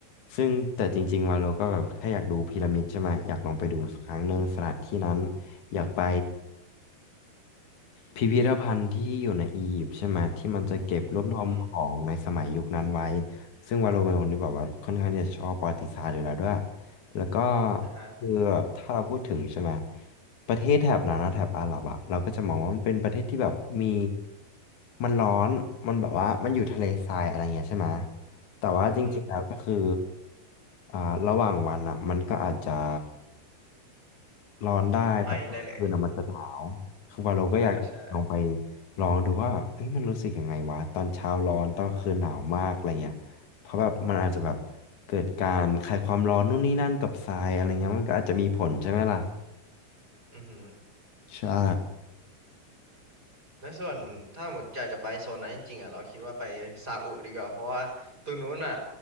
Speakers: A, on the left; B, on the right.
A: ซึ่งแต่จริงๆวาโลก็แบบแค่อยากดูพีระมิดใช่ไหมอยากลองไปดูสักครั้งหนึ่งสถานที่นั้นอยากไปพิพิธภัณฑ์ที่อยู่ในอียิปต์ใช่ไหมที่มันจะเก็บรวบรวมของในสมัยยุคนั้นไว้
B: อืม
A: ซึ่งวาโลเป็นคนที่แบบว่าค่อนข้างที่จะชอบประวัติศาสตร์อยู่แล้วด้วย แล้วก็
B: อ่ะฮะ
A: คือถ้าเราพูดถึงใช่ไหมประเทศแถบนั้นนะแถบอาหรับอะเราก็จะมองว่ามันเป็นประเทศที่แบบมีมันร้อนมันแบบว่ามันอยู่ทะเลทรายอะไรเงี้ยใช่ไหมแต่ว่าจริงๆแล้วก็คือ
B: อือฮึ
A: อ่าระหว่างวันอะมันก็อาจจะร้อนได้แต่ว่าคืนอะมันจะหนาวคือวาโลก็อยากลองไป
B: ไม่ได้เลย <laughs> อ่าใช่
A: ลองดูว่าเอ้ยมันรู้สึกยังไงวะตอนเช้าร้อนตอนคืนหนาวมากอะไรเงี้ย เพราะแบบมันอาจจะแบบเกิดการคลายความร้อนนู่นนี่นั่นกับทรายอะไรเงี้ยมันก็อาจจะมีผลใช่ไหมล่ะ
B: อือฮึ
A: ใช่
B: แล้วส่วนถ้าหมดอยากจะไปโซนนั้นจริงๆอ่ะเราคิดว่าไปซาอุดีกว่าเพราะว่าตรงนู้นอ่ะ